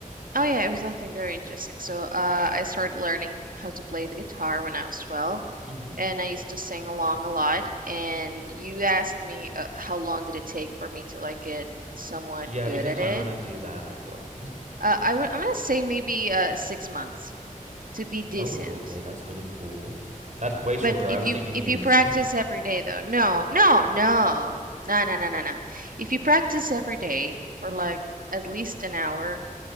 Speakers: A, on the right (about 90°); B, on the right (about 60°).
A: oh yeah, it was nothing very interesting. So uh, I started learning how to play the guitar when I was 12.
B: hmm
A: and I used to sing along a lot. And you asked me uh, how long did it take for me to like get somewhat
B: Yeah,
A: good
B: because
A: at
B: I
A: it.
B: want to do that as well.
A: Uh, I would, I'm gonna say maybe uh, six months to be decent.
B: Oh, okay. That's really cool. That's way shorter.
A: But
B: I
A: if
B: was
A: you
B: thinking
A: if
B: years.
A: you practice every day though, no, no, no, no, no, no, no, no. If you practice every day for like at least an hour,